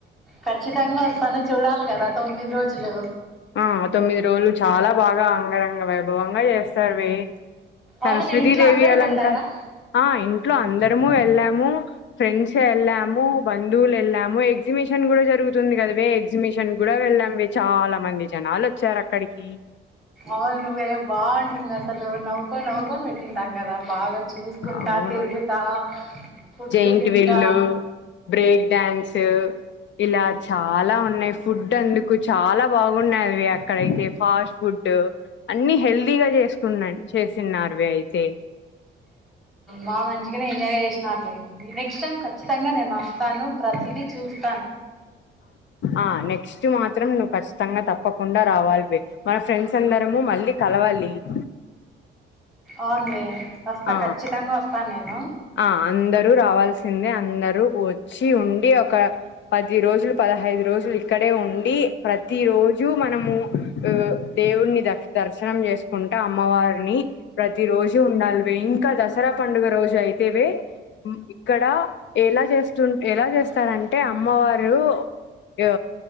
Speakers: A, in the centre; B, on the left.
A: ఖచ్చితంగా వస్తాను చూడాలి కదా తొమ్మిది రోజులు
B: ఆ తొమ్మిది రోజులు చాలా బాగా అంగరంగ వైభవంగా చేస్తారువే సరస్వతి
A: అవును ఇంట్లో
B: దేవి
A: అందరు
B: అలంక
A: వెళ్ళారా
B: ఆ ఇంకా ఇంట్లో అందరము వెళ్ళాము ఫ్రెండ్స్ వెళ్ళాము బంధువులు వెళ్ళాము ఎగ్జిబిషన్ కూడా జరుగు రుగుతుంది కదావ ఎగ్జిబిషన్ కూడా వెళ్ళాం చాలా మంది జనాలు వచ్చారు అక్కడికి
A: ఆవును వే బాగుంటంది అసలు నవ్వుకొని నవ్వుకొని బె తింటాం కదా బాగా చూసుకుంటా
B: అవును
A: తిరుగుతా ఫుడ్డు
B: జైంట్
A: తింటా
B: వీల్లు బ్రేక్ డ్యాన్స్ ఇలా చాలా ఉన్నాయి ఫుడ్ అందుకు చాలా బాగున్నావి అక్కడయితే ఫాస్ట్ ఫుడ్ అన్ని హెల్దీగా చేసుకున్న చేసిన్నారు వే అయితే
A: బాగా మంచిగానే ఎంజాయ్ చేసినారు లే నెక్స్ట్ టైం ఖచ్చితంగా నేను వస్తాను ప్రతిదీ చూస్త
B: ఆ నెక్స్ట్ మా మాత్రం నువ్వు ఖచ్చితంగా తప్పకుండా రావాలి వే మన ఫ్రెండ్స్ అందరము మళ్ళీ కలవాలి <inaudible>
A: అవునువే వస్తా
B: ఆ
A: ఖచ్చితంగా వస్తాను నేను
B: ఆ అందరూ రావాల్సిందే అందరూ వచ్చి ఉండి ఒక పది రోజులు పదహైదు రోజులు ఇక్కడే ఉండి, ప్రతి రోజు మనము ఉమ్ దేవున్నీ దర్ దర్శనం చేసుకుంట, అమ్మవారిని ప్రతి రోజు ఉండాలివే ఇంకా దసరా కండుగ రోజు అయితే వే ఇక్కడ ఎలా చేస్తు ఎలా చేస్తారంటే అమ్మవారు ఆ